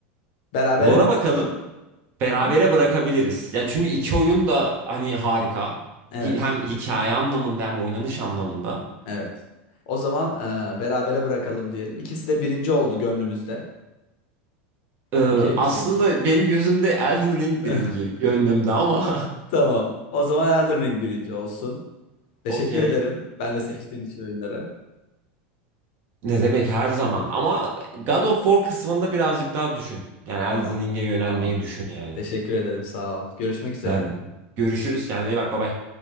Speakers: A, on the left (about 55°); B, on the right (about 35°).
A: Berabere
B: Lore'a
A: mi bıraksak?
B: bakalım. Berabere
A: Hı?
B: bırakabiliriz. Ya çünkü iki oyun da hani harika.
A: Evet.
B: Hi- Hem hikaye anlamında hem oynanış anlamında.
A: Evet. O zaman e, berabere bırakalım diyelim. İkisi de birinci oldu gönlümüzde.
B: Ee,
A: Okey mi
B: aslında
A: senin için?
B: benim gözümde Elden Ring
A: <laughs>
B: birinci gönlümde ama <laughs>
A: Tamam. O zaman Elden Ring birinci olsun. Teşekkür
B: okey.
A: ederim. Ben de seçtiğin için oyunları.
B: Ne demek her zaman ama God of War kısmında birazcık daha düşün. Yani
A: Tamam.
B: Elden Ring'e yönelmeyi
A: Tamam.
B: düşün yani.
A: Teşekkür ederim. Sağ ol. Görüşmek üzere.
B: Ben görüşürüz. Kendine iyi bak. Bay bay.